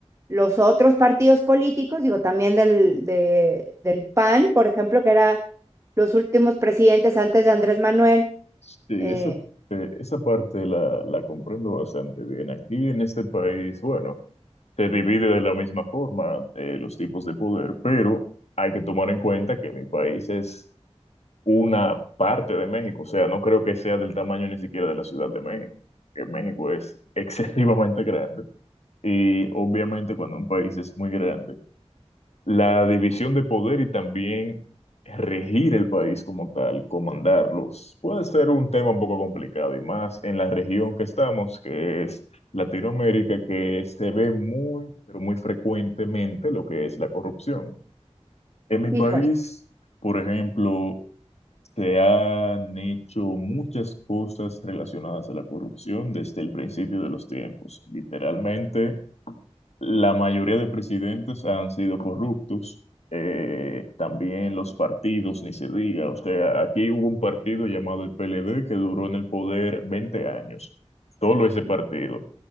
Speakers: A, on the right; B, on the left.
A: los otros partidos políticos, digo, también del, de, del PAN, por ejemplo, que era los últimos presidentes antes de Andrés Manuel.
B: Sí,
A: Eh,
B: esa, eh, esa parte la, la comprendo bastante bien. Aquí en este país, bueno, se divide de la misma forma eh, los tipos de poder, pero hay que tomar en cuenta que mi país es una parte de México, o sea, no creo que sea del tamaño ni siquiera de la Ciudad de México, que México es <laughs> excesivamente grande y obviamente cuando un país es muy grande, la división de poder y también regir el país como tal, comandarlos, puede ser un tema un poco complicado y más en la región que estamos, que es Latinoamérica, que se ve muy, pero muy frecuentemente lo que es la corrupción. En mi
A: híjole,
B: país, por ejemplo, se han hecho muchas cosas relacionadas a la corrupción desde el principio de los tiempos. Literalmente, la mayoría de presidentes han sido corruptos, eh, también los partidos, ni se diga. O sea, aquí hubo un partido llamado el PLD que duró en el poder 20 años, solo ese partido.